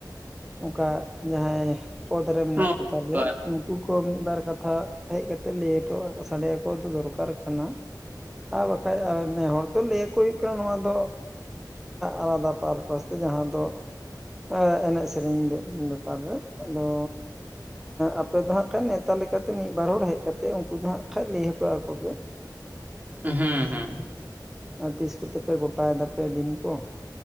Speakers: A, in the centre; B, on the right.
A: ᱚᱱᱠᱟ ᱡᱟᱦᱟᱭ ᱯᱚᱫ ᱨᱮ ᱢᱮᱱᱟᱜ
B: ᱢᱚᱱᱮ
A: ᱠᱚ ᱛᱟᱞᱮᱭᱟ
B: ᱛᱟᱠᱚ ᱟᱨᱠᱤ
A: ᱩᱱᱠᱩ ᱠᱚ ᱢᱤᱫᱵᱟᱨ ᱟᱨ ᱠᱟᱛᱷᱟ ᱦᱮᱡ ᱠᱟᱛᱮ ᱞᱟᱹᱭ ᱦᱚᱴᱚ ᱥᱟᱰᱮ ᱟᱠᱚ ᱫᱚᱨᱠᱟᱨ ᱠᱟᱱᱟ ᱟᱨ ᱵᱟᱠᱷᱟᱡ ᱱᱮ ᱦᱚᱲ ᱛᱚ ᱞᱟᱹᱭ ᱟᱠᱚ ᱦᱩᱭᱩᱜ ᱠᱟᱱᱟ ᱱᱚᱣᱟ ᱫᱚ ᱟᱞᱟᱫᱟ ᱯᱟᱨᱯᱟᱥ ᱛᱮ ᱡᱟᱦᱟᱸ ᱫᱚ ᱮᱸ ᱮᱱᱮᱡ ᱥᱮᱨᱮᱧ ᱵᱮᱯᱟᱨ ᱨᱮ ᱟᱫᱚ ᱟᱯᱮ ᱫᱚ ᱦᱟᱸᱜ ᱠᱷᱟᱡ ᱱᱮᱶᱛᱟ ᱞᱮᱠᱟᱛᱮ ᱢᱤᱫ ᱵᱟᱨ ᱦᱚᱲ ᱦᱮᱡ ᱠᱟᱛᱮᱜ ᱩᱱᱠᱩ ᱫᱚ ᱦᱟᱸᱜ ᱠᱷᱟᱱᱡ ᱞᱟᱹᱭ ᱦᱚᱴᱚ ᱟᱠᱚᱯᱮ
B: ᱦᱩᱸ ᱦᱩᱸ
A: ᱟᱨ ᱛᱤᱥ ᱠᱚᱛᱮᱯᱮ ᱜᱚᱴᱟᱭ ᱫᱟᱯᱮ ᱫᱤᱱ ᱠᱚ